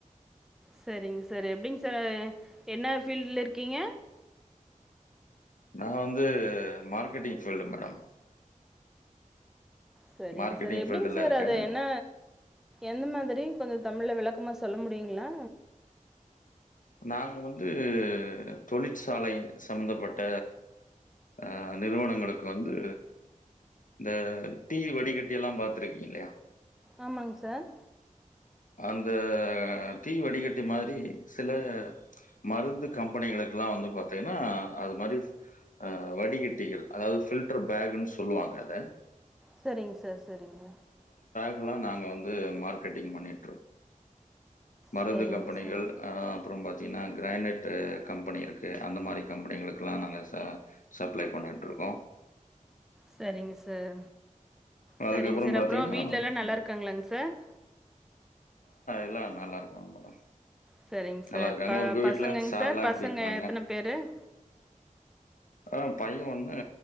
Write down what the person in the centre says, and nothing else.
செரிங சார் எப்டிங் சார் அ என்ன ஃபீல்ட்ல இருக்கீங்க
செரிங்க
சார் எப்டிங்
சார்
அது என்ன எந்த மா தெரிங் கொஞ்சொ தமிழ்ல விளக்கமா சொல்ல முடியுங்ளா
ஆமாங் சார்
செரிங்க சார் செரிங்க
சரிங்க
சார்
செரிங்க சார்
செரிங் சார்
அப்றொ வீட்லலா நல்லா
இருக்காங்ளா சார்
செரிங் சார்
ப
பசங்கங்க
சார் பசங்க
எத்தன பேரு <inaudible>